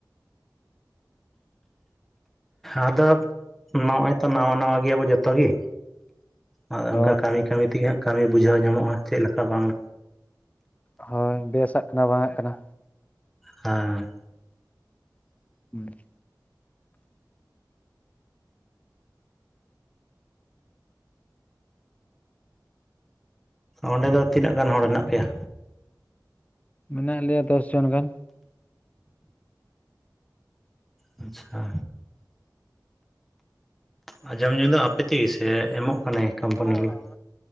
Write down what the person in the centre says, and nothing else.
ᱟᱫᱚ ᱱᱚᱜᱼᱚᱭ ᱛᱚ ᱱᱟᱣᱟ ᱱᱟᱣᱟ ᱜᱮᱭᱟ ᱵᱚ ᱡᱚᱛᱚ ᱜᱮ᱾ ᱟᱫᱚ
ᱚᱱᱠᱟ ᱠᱟᱹᱢᱤ ᱠᱟᱹᱢᱤ ᱛᱮᱜᱮ ᱦᱟᱸᱜ ᱠᱟᱹᱢᱤ ᱵᱩᱡᱷᱟᱹᱣ ᱧᱟᱢᱚᱜᱼᱟ ᱪᱮᱫ ᱞᱮᱠᱟ ᱵᱟᱝ᱾
ᱦᱮᱸ
ᱚᱸᱰᱮ ᱫᱚ ᱛᱤᱱᱟᱹᱜ ᱜᱟᱱ ᱦᱚᱲ ᱦᱮᱱᱟᱜ ᱯᱮᱭᱟ‍?
ᱟᱪᱪᱷᱟ, ᱟᱨ ᱡᱚᱢ ᱧᱩ ᱫᱚ ᱟᱯᱮ ᱛᱮᱜᱮ ᱥᱮ ᱮᱢᱚᱜ ᱠᱟᱱᱟᱭ? ᱠᱳᱢᱯᱟᱱᱤ ᱵᱟᱞᱟ